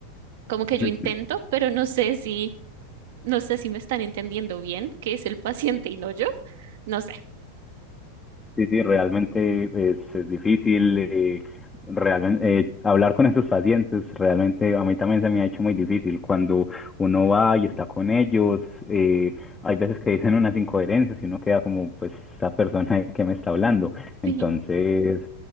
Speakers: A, on the right; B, on the left.
A: como que
B: <laughs>
A: yo intento, pero no sé si, no sé si me están entendiendo bien, que es el paciente y no yo. No sé.
B: Sí, sí, realmente es, es difícil eh, realmente eh, hablar con esos pacientes. Realmente a mí también se me ha hecho muy difícil cuando uno va y está con ellos. eh, hay veces que dicen unas incoherencias y uno queda como, pues, esta persona que me está hablando. Entonces,
A: <laughs>